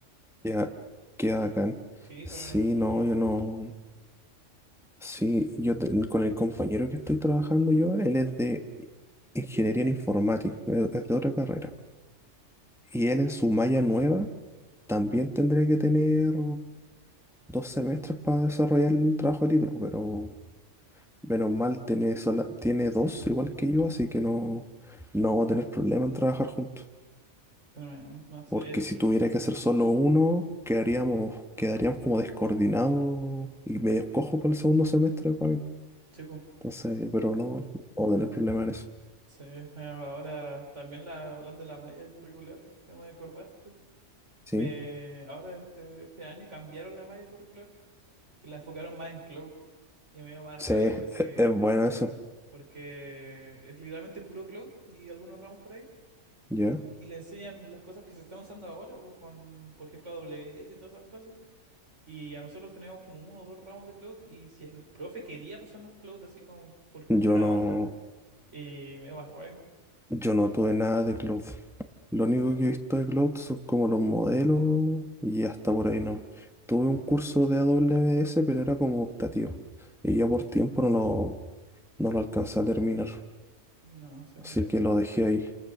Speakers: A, in the centre; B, on the right.
A: ya, queda bacán.
B: Sí, fue,
A: Sí,
B: fue
A: no,
B: re loco.
A: yo no, sí, yo te- con el compañero que estoy trabajando yo, él es de ingeniería en informática, es es de otra carrera. Y él en su malla nueva también tendría que tener. dos semestres para desarrollar el trabajo de título, pero menos mal tiene, sola- tiene dos igual que yo, así que no, no vamos a tener problema en trabajar juntos.
B: Tremendo. No sé,
A: Porque
B: el.
A: si tuviera que hacer solo uno, quedaríamos, quedaríamos como descoordinados y medio cojo para el segundo semestre para mí.
B: Sí, pues.
A: Entonces, pero no, no vamos a tener problema en eso.
B: Sí, me ahora también la, hablando de la malla curricular, que me acordaste.
A: Sí,
B: Me, ahora este, este año cambiaron la malla curricular y la enfocaron más en cloud. Y me dio más
A: sí,
B: rabia
A: es,
B: porque,
A: es bueno eso.
B: porque es literalmente puro cloud y algunos ramos por ahí.
A: ¿Ya?
B: Y le enseñan las cosas que se están usando ahora, pues, con, por ejemplo, AWS y todas esas cosas. Y a nosotros teníamos como uno o dos ramos de cloud. Y si el profe quería pasarnos cloud así como por
A: Yo
B: buena
A: no.
B: onda, Y me barré.
A: Yo no tuve nada de cloud. Lo
B: No,
A: único que he visto de cloud son como los modelos y hasta por ahí no. Tuve un curso de AWS, pero era como optativo. Y yo por tiempo no lo, no lo alcancé a terminar.
B: no sé.
A: Así que lo dejé ahí.